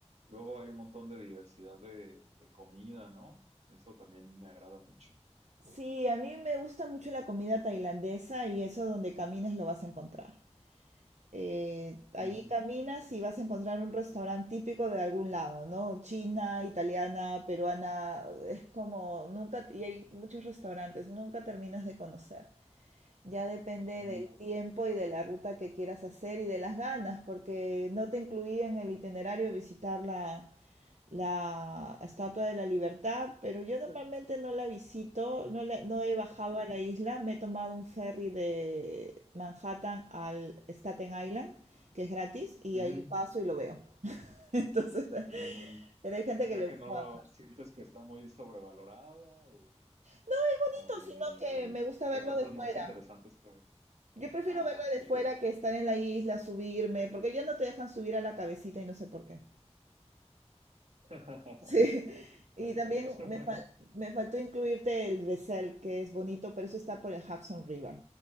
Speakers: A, on the right (about 70°); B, on the right (about 90°).
A: luego hay un montón de diversidad de, de comida, ¿no? Eso también me agrada mucho.
B: Sí, a mí me gusta mucho la comida tailandesa y eso donde camines lo vas a encontrar. Eh, ahí
A: Ujú,
B: caminas y vas a encontrar un restaurante típico de algún lado, ¿no? China, italiana, peruana, es como nunca, y hay muchos restaurantes, nunca terminas de conocer. Ya depende
A: ujú,
B: del tiempo y de la ruta que quieras hacer y de las ganas, porque no te incluía en el itinerario visitar la, la Estatua de la Libertad, pero yo normalmente no la visito, no, la- no he bajado a la isla, me he tomado un ferry de Manhattan al Staten Island, que es gratis, y
A: ujú.
B: ahí paso y lo veo. <laughs> Entonces,
A: Ujú.
B: pero hay gente
A: O
B: que
A: sea
B: le gusta
A: que no
B: bajar.
A: lo sientes que está muy sobrevalorada o,
B: No es bonito,
A: o n-
B: sino que me gusta
A: hay
B: verlo
A: cosas
B: de fuera.
A: más interesantes que...
B: Yo prefiero
A: Ah,
B: verla
A: ok.
B: de fuera que estar en la isla, subirme, porque ya no te dejan subir a la cabecita y no sé por qué.
A: <laughs>
B: Sí. <laughs> Y
A: Okay.
B: también
A: <laughs>
B: me, fal- me faltó incluirte el Bessel, que es bonito, pero eso está por el Hudson River